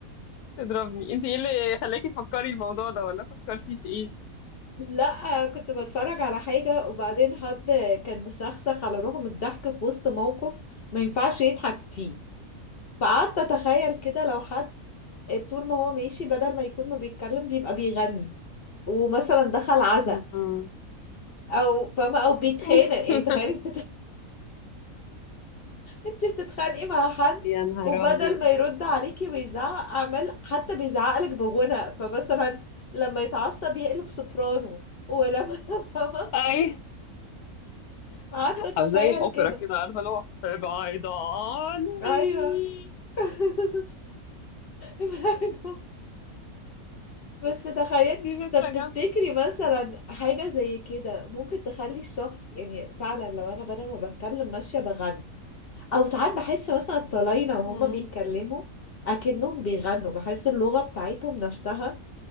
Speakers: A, on the left; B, on the left.
A: تضربني انت ايه اللي خلاكي تفكري الموضوع ده ولا فكرتي في ايه
B: لا كنت بتفرج على حاجة وبعدين حد كان مسخسخ على روحه من الضحك في وسط موقف ما ينفعش يضحك فيه فقعدت اتخيل كده لو حد طول ما هو ماشي بدل ما يكون ما بيتكلم بيبقى بيغني ومثلا دخل عزا
A: مم.
B: او فاهمة او بيتخانق
A: <laughs>
B: يعني تخيلي انتي بتتخانقي مع حد
A: يا نهار
B: وبدل
A: أبيض
B: ما يرد عليكي ويزعق عمال حتى بيزعقلك بغنى فمثلا لما يتعصب يقلب سوبرانو ولما <laughs> فاهمة
A: اي
B: قعدت اتخيل
A: او زي الاوبرا
B: كده
A: كده عارفه اللي هو ابعد عني
B: ايوه <laughs> فاهمة؟ بس تخيل
A: دي فكره
B: طب تفتكري
A: جامده جدا
B: مثلا حاجة زي كده ممكن تخلي الشخص يعني فعلا لو انا بدل ما بتكلم ماشية بغني او ساعات بحس مثلا الطلاينة وهما
A: مم.
B: بيتكلموا اكنهم بيغنوا بحس اللغة بتاعتهم نفسها